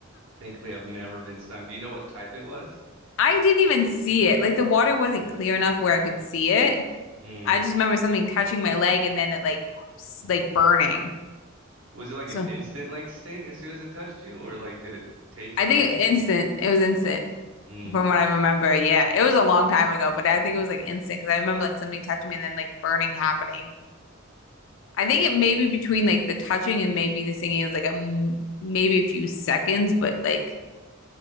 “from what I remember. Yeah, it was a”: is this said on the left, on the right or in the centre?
Left